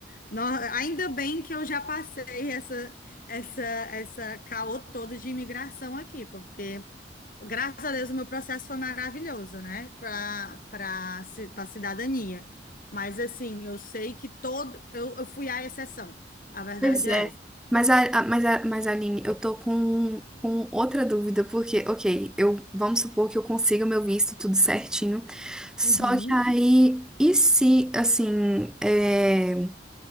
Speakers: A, on the left; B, in the centre.
A: nó- ainda bem que eu já passei essa, essa, essa caô todo de imigração aqui, porque Graças a Deus, o meu processo foi maravilhoso, né? Para para para cidadania. Mas assim, eu sei que todo eu, eu fui a exceção. A verdade
B: Pois é.
A: é essa.
B: Mas, a, a- mas, a, mas, Aline, eu tô com, com outra dúvida, porque, ok, eu, vamos supor que eu consiga o meu visto tudo certinho, só
A: Uhum.
B: que aí, e se, assim, é,